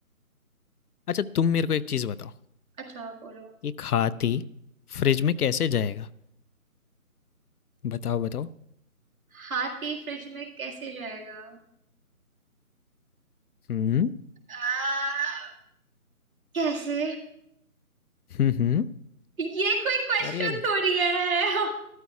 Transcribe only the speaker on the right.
अच्छा बोलो
हाथी फ्रिज में कैसे जाएगा
आ, कैसे
ये कोई क्वेश्चन
थोड़ी है <laughs>